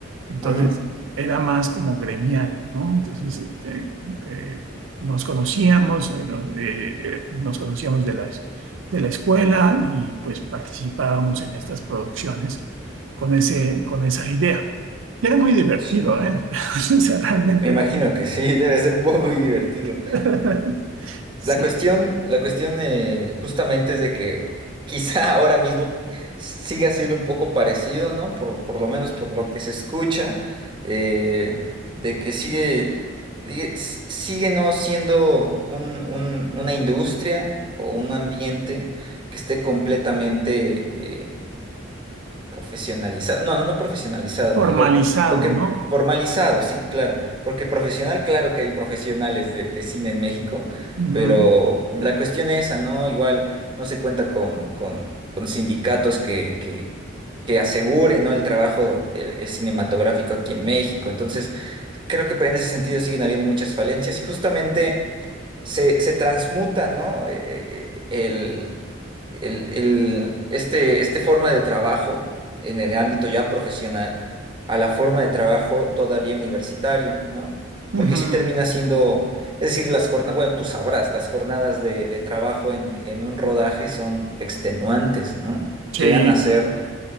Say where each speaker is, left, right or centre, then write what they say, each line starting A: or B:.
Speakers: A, on the right (about 85°); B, on the right (about 25°).
A: Entonces
B: ujú,
A: era más como gremial, ¿no? Entonces este, eh, nos conocíamos, eh, nos, eh, nos conocíamos de la, es- de la escuela y pues participábamos en estas producciones con ese, con esa idea. Y era muy divertido,
B: Sí.
A: ¿eh? <laughs> O sea, realmente
B: Me imagino
A: era muy...
B: que sí, <laughs> debe ser muy divertido.
A: <laughs>
B: La cuestión,
A: Sí,
B: la cuestión eh, justamente es de que quizá <laughs> ahora mismo siga siendo un poco parecido, ¿no? Por, por lo menos por lo que se escucha, eh, de que sigue, sigue, s- sigue no siendo un- un- una industria o un ambiente que esté completamente eh, Profesionalizado, no, no, no profesionalizado,
A: formalizado,
B: mejor lo que
A: ¿no?
B: formalizado, sí, claro, porque profesional, claro que hay profesionales de, de cine en México,
A: Ujú,
B: pero la cuestión es esa, ¿no? Igual no se cuenta con, con, con sindicatos que, que, que aseguren, ¿no? El trabajo eh, eh, cinematográfico aquí en México, entonces creo que en ese sentido siguen habiendo muchas falencias y justamente se, se transmuta, ¿no? Eh, eh, el, el, el- este, este forma de trabajo en el ámbito ya profesional a la forma de trabajo todavía universitario, ¿no?
A: ujú,
B: Porque sí termina siendo, es decir, las jornadas, bueno, tú sabrás, las jornadas de, de trabajo en, en un rodaje son extenuantes, ¿no?
A: sí,
B: Llegan a ser,